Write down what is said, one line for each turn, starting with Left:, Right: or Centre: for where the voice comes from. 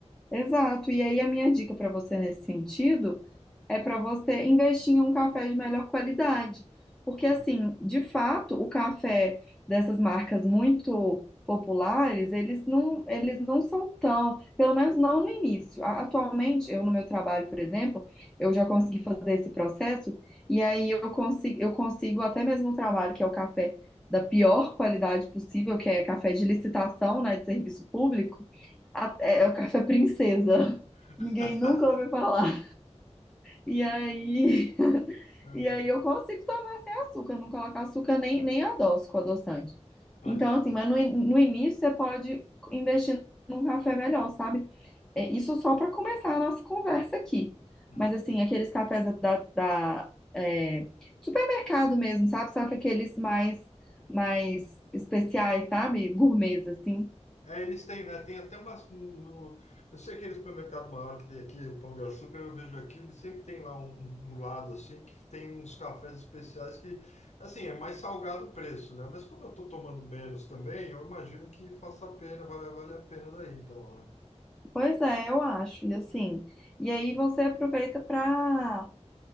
Centre: Exato. E aí a minha dica para você nesse sentido é para você investir em um café de melhor qualidade. Porque assim,
Left: Hum.
Centre: de fato, o café dessas marcas muito populares, eles não, eles não são tão, pelo menos não no início. A- Atualmente, eu no meu trabalho, por exemplo, eu já consegui fazer esse processo e aí eu consigo, eu consigo até mesmo um trabalho que é o café da pior qualidade possível, que é café de licitação, né, de serviço público a- é o café princesa.
Left: <laughs>
Centre: Ninguém nunca ouviu falar. E aí, <laughs>
Left: É,
Centre: e aí eu consigo tomar sem açúcar, não colocar açúcar nem, nem adoço com adoçante.
Left: Olha
Centre: Então,
Left: só.
Centre: assim, mas no, in- no início você pode investir num café melhor, sabe? É, isso só para começar a nossa conversa aqui.
Left: Uhum.
Centre: Mas, assim, aqueles cafés da, da- da, é, supermercado mesmo, sabe? Só que aqueles mais, mais especiais, sabe? Gourmets, assim.
Left: É, eles têm, né? Tem até umas. no- no- eu sei que aquele supermercado maior que tem aqui, o Pão de Açúcar, eu vejo aqui, ele sempre tem lá um, um- um lado assim, que tem uns cafés especiais que, assim, é mais salgado o preço, né? Mas como eu tô tomando menos também, eu imagino que faça a pena, vai, vale a pena daí, então,
Centre: Pois é, eu acho, e assim, e aí você aproveita para